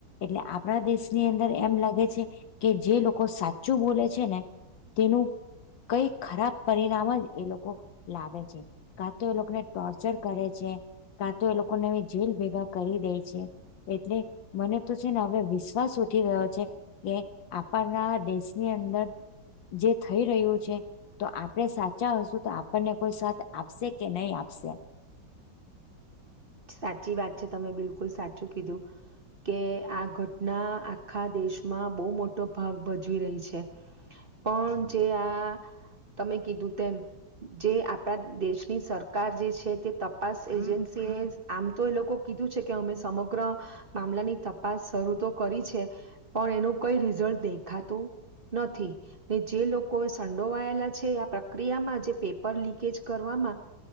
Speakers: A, on the left (about 75°); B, on the right (about 30°).
A: એટલે આપણા દેશની અંદર એમ લાગે છે. કે જે લોકો સાચું બોલે છે, ને તેનું કઈ ખરાબ પરિણામ જ એ લોકો લાવે છે. કાં તો એ લોકોને ટોર્ચર કરે છે, કાં તો એ લોકોને જેલ ભેગા કરી દે છે. એટલે મને તો છે, ને હવે વિશ્વાસ ઉઠી ગયો છે. કે આપણના દેશની અંદર જે થઈ રહ્યું છે. તો આપણેે સાચા હશું તો આપણને કોઈ સાથ આપશે કે નહી આપશે.
B: સાચી વાત છે, તમે બિલકુલ સાચું કીધું. કે આ ઘટના આખા દેશમાં બહુ મોટો ભાગ ભજવી રહી છે. પણ જે આ તમે કીધું તેમ જે આપણા દેશની સરકાર જે છે, તે તપાસ એજન્સી એ આમ તો એ લોકો કીધું છે, કે અમે સમગ્ર મામલાની તપાસ શરૂ તો કરી છે. પણ એનું કઈ રિઝલ્ટ દેખાતું નથી. ને જે લોકો સંડોવાયેલા છે, આ પ્રક્રિયામાં જે પેપર લીકેજ કરવામાં